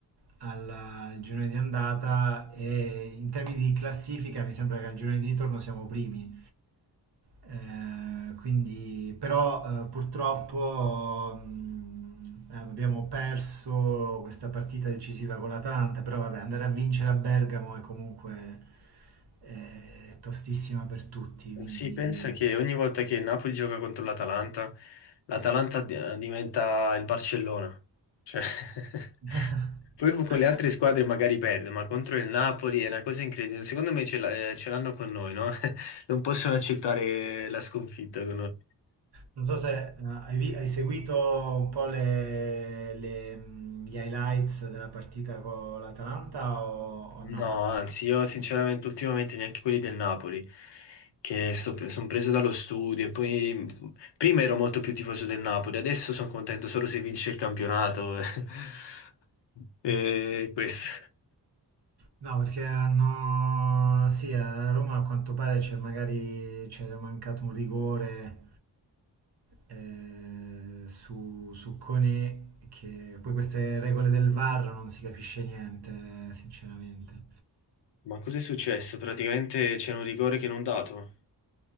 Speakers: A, on the right (about 70°); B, on the left (about 80°).
A: alla- al girone di andata e in termini di classifica mi sembra che al girone di ritorno siamo primi. Eh, quindi, però eh, purtroppo mh, eh, abbiamo perso questa partita decisiva con l'Atalanta, però vabbè, andare a vincere a Bergamo è comunque eh, tostissima per tutti, quindi...
B: Sì, pensa che ogni volta che il Napoli gioca contro l'Atalanta, l'Atalanta di- diventa il Barcellona. Cioè, <laughs>
A: <laughs>
B: poi con con le altre squadre magari perde, ma contro il Napoli è una cosa incredibile. Secondo me ce l'ha- eh, ce l'hanno con noi, no? <laughs> Non possono accettare la sconfitta con noi.
A: Non so se eh, hai, vi- hai seguito un po' le- le, mh, gli highlights della partita con l'Atalanta o, o
B: No,
A: no?
B: anzi, io sinceramente ultimamente neanche quelli del Napoli, che sono preso dallo studio e poi mh, prima ero molto più tifoso del Napoli, adesso sono contento solo se vince il campionato. <laughs> E questo.
A: No, perché hanno... Sì, a Roma a quanto pare c'è magari c'era mancato un rigore eh, su, su Koné, che poi queste regole del VAR non si capisce niente, sinceramente.
B: Ma cos'è successo? Praticamente c'è un rigore che non dato,